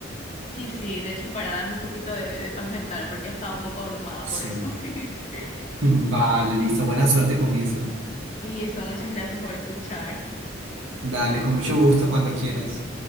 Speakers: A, on the left; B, on the right.
A: Sí, sí, de hecho, para darme un poquito de, de paz mental, porque he estado un poco abrumada
B: Sí.
A: por eso. <laughs>
B: <laughs> Vale, listo. Buena suerte con eso.
A: Listo, muchas gracias por escuchar.
B: Dale, con mucho gusto cuando quieras.